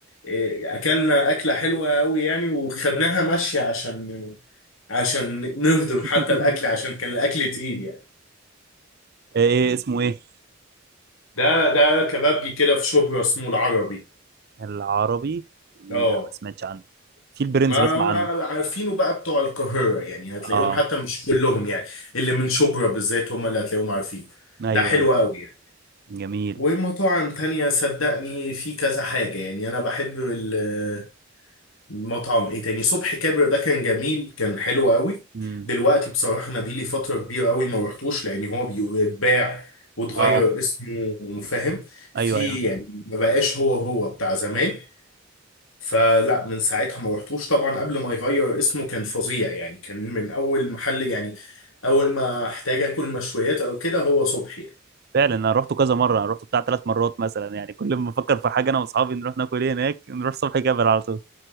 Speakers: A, on the left; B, on the right.
A: آه، اكلنا اكلة حلوة قوي يعني وخدناها ماشية عشان عشان نهضم
B: <laughs>
A: حتى الاكل عشان كان الاكل تقيل يعني
B: آه، ايه اسمه ايه
A: ده ده كبابجي كده في شبرا اسمه العربي
B: العربي لا
A: اه
B: ما سمعتش عنه في البرنس
A: ما
B: بسمع
A: ما
B: عنه
A: عارفينه بقى بتوع القاهرة يعني هتلاقيهم
B: اه
A: حتى مش كلهم يعني اللي من شبرا بالذات هم اللي هتلاقيهم عارفين
B: ايوه
A: ده حلو
B: ايوه
A: قوي يعني.
B: جميل
A: ومطاعم تانية صدقني في كذا حاجة يعني أنا بحب ال- المطعم إيه تاني صبحي كابر ده كان جميل كان حلو قوي
B: امم
A: دلوقتي بصراحة أنا بيلي فترة كبيرة قوي ما رحتوش لأن هو بيتباع وتغير
B: اه
A: اسمه فاهم في
B: ايوه ايوه
A: يعني ما بقاش هو هو بتاع زمان فلا من ساعتها ما رحتوش طبعا قبل ما يغير اسمه كان فظيع يعني كان من أول محل يعني أول ما احتاج آكل مشويات أو كده هو صبحي
B: فعلا انا رحته كذا مره انا رحته بتاع ثلاث مرات مثلا يعني كل ما افكر في حاجه انا واصحابي نروح ناكل ايه هناك نروح صبحي جبل على طول